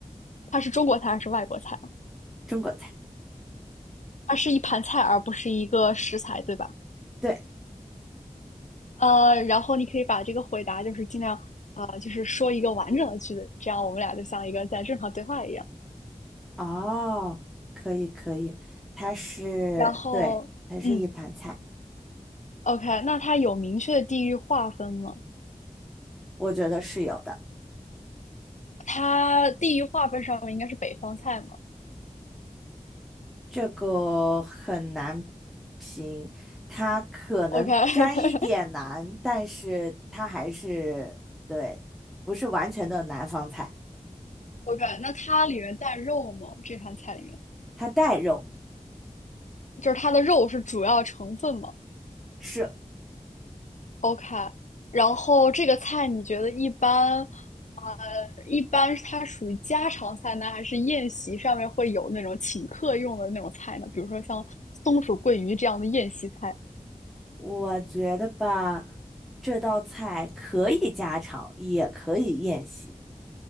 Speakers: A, on the left; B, in the centre.
A: 它是中国菜还是外国菜啊？
B: 中国菜。
A: 它是一盘菜，而不是一个食材，对吧？
B: 对。
A: 呃，然后你可以把这个回答就是尽量啊，就是说一个完整的句子，这样我们俩就像一个在正常对话一样。
B: 哦，可以可以，它是，
A: 然后，
B: 对，它是一盘菜，
A: 嗯，OK，那它有明确的地域划分吗？
B: 我觉得是有的，
A: 它地域划分上面应该是北方菜嘛
B: 这个很难评，它可能沾一点难，
A: ？OK，OK，
B: 但是它还是，对，不是完全的南方菜，
A: <laughs> 那它里面带肉吗？这盘菜里面，
B: 它带肉，
A: 就是它的肉是主要成分吗？
B: 是，
A: OK，然后这个菜你觉得一般，呃，一般它属于家常菜呢，还是宴席上面会有那种请客用的那种菜呢？比如说像松鼠桂鱼这样的宴席菜。
B: 我觉得吧，这道菜可以家常，也可以宴席，